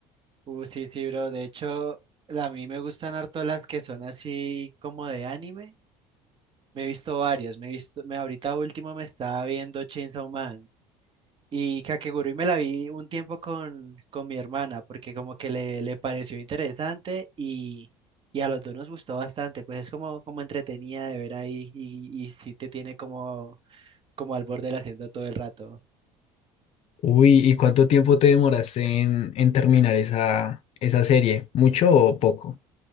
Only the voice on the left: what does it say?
Uy, ¿y cuánto tiempo te demoraste en, en terminar esa, esa serie? ¿Mucho o poco?